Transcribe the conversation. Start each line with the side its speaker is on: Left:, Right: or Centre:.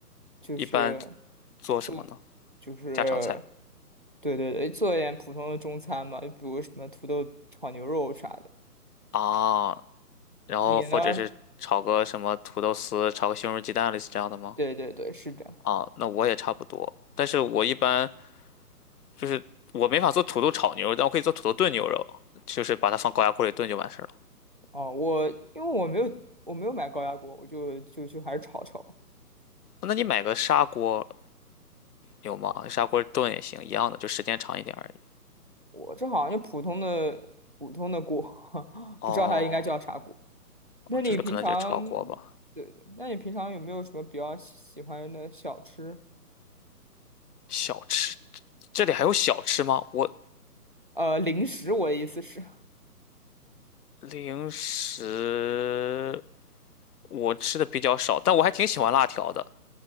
Right: 就是
Left: 一般做什么呢？
Right: 做，就是
Left: 家常菜
Right: 对对对，做一点普通的中餐嘛，就比如什么土豆炒牛肉啥的。
Left: 啊，然后或者是炒个什么土豆丝，
Right: 你呢？
Left: 炒个西红柿鸡蛋，类似这样的吗？
Right: 对对对，是的。
Left: 啊，那我也差不多，但是我一般就是我没法做土豆炒牛肉，但我可以做土豆炖牛肉，就是把它放高压锅里炖就完事儿了。
Right: 哦，我因为我没有我没有买高压锅，我就就就还是炒炒。
Left: 那你买个砂锅有吗？砂锅炖也行，一样的，就时间长一点而已。
Right: 我这好像就普通的普通的锅，<laughs>
Left: 哦，
Right: 不知道它应该叫啥锅。
Left: 哦就是可能就是炒锅吧。
Right: 那你平常，对对，那你平常有没有什么比较喜喜欢的小吃？
Left: 小吃，这里还有小吃吗？我
Right: 呃，零食，我的意思是，
Left: 零食我吃的比较少，但我还挺喜欢辣条的。